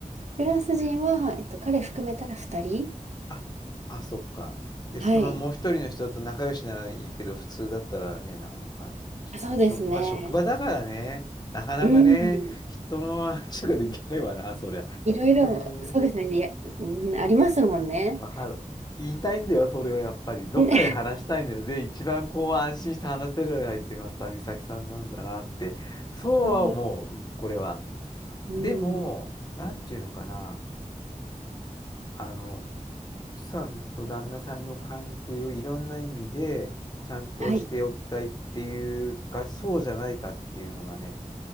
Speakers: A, on the right; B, on the left.
A: フランス人は、えっと、彼含めたら2人。
B: あ、あ、そっか。で、
A: はい。
B: そのもう一人の人と仲良しならいいけど、普通だったらね、なかなか話せないしね。
A: あそうですね。
B: 職場、職場だからね、なかなかね、
A: うん。
B: 人の話ができないわな、そりゃ。
A: いろいろ、
B: へえ。
A: そうですね。いや、うん、ありますもんね。
B: わかる。言いたいんだよ、それはやっぱり。どっかで話したいんだよ。
A: うん <laughs>
B: で、一番こう安心して話せる相手がさ、美咲さんなんだなって。そうは思う、
A: そう
B: うん、これは。
A: うん。
B: でも、なんていうのかな。あの、奥さんと旦那さんの関係をいろんな意味でちゃんとしておきたいっていうか、
A: はい。
B: そうじゃないかっていうのがね、